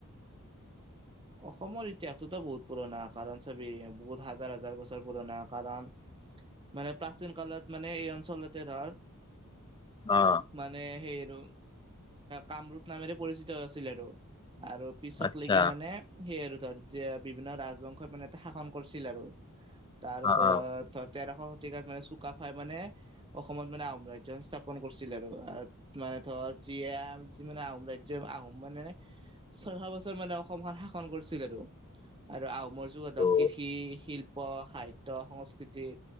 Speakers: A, on the right (about 20°); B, on the left (about 20°).
A: অসমৰ ইতিহাসটোতো বহুত পুৰণা কাৰণ চাবি বহুত হাজাৰ হাজাৰ বছৰ পুৰণা কাৰণ মানে প্ৰাচীন কালত মানে এই অঞ্চলতে ধৰ
B: অ',
A: মানে সেই আৰু কামৰূপ নামেৰে পৰিচিত হৈ আছিল আৰু আৰু পিছক
B: আচ্ছা
A: লকে মানে সেই আৰু ধৰ যে বিভিন্ন ৰাজবংশই মানে শাসন কৰিছিল আৰু তাৰ
B: অ
A: ওপৰত
B: অ
A: ধৰ তেৰ শতিকাত মানে চুকাফাই মানে অসমত মানে আহোম ৰাজ্য স্থাপন কৰিছিল আৰু। মানে ধৰ যি যি মানে আহোম ৰাজ্য আহোম মানে ছয়শ বছৰ মানে অসমখন শাসন কৰিছিল আৰু আৰু আহোমৰ যুগত ধক
B: অ
A: কৃষি শিল্প সাহিত্য সংস্কৃতি